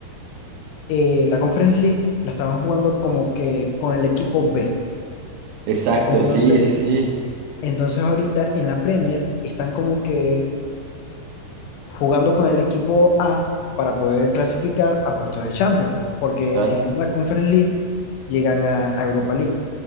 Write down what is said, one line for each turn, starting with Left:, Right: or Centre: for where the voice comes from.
Left: eh, la Conference League la estaban jugando como que con el equipo B.
Right: Exacto,
Left: Entonces,
Right: sí, sí, sí.
Left: entonces ahorita en la Premier están como que jugando con el equipo A para poder clasificar a puestos de Champions, porque
Right: Exacto,
Left: si ganan la Conference League, llegan a, a Europa League.